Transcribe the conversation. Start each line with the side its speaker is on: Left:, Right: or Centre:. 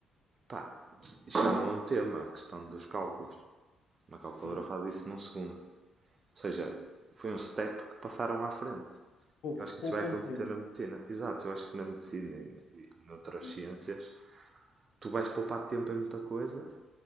Right: pá, isto não é um tema, a questão dos cálculos. Uma calculadora
Left: sim.
Right: faz isso num segundo. Ou seja, foi um step que passaram à frente.
Left: Pou-
Right: Eu acho que
Left: Poupa
Right: isso vai acontecer
Left: um tempo.
Right: na medicina. Exato, eu acho que na medicina e noutras
Left: Sim,
Right: ciências
Left: sim,
Right: tu vais poupar tempo em muita coisa